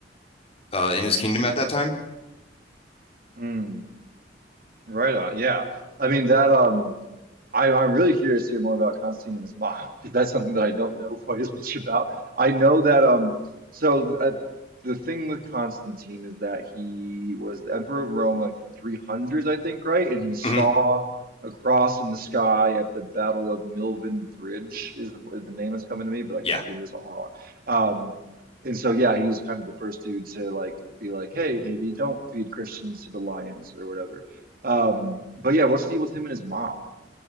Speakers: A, on the left; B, on the right.
A: uh, in his kingdom at that time.
B: Mm, right on. Yeah. I mean that um I, I'm really curious to hear more about Constantine and his mom <laughs> because that's something that I don't know quite as much about. I know that um, so uh, the thing with Constantine is that he was the emperor of Rome like the 300s, I think, right? And he saw
A: hmm
B: a cross in the sky at the Battle of Milvian Bridge is the, the name that's coming to me, but I could
A: Yeah.
B: be getting this all wrong. Um, and so yeah, he was kind of the first dude to like be like, hey, maybe don't feed Christians to the lions or whatever. Um, but yeah, what's the deal with him and his mom?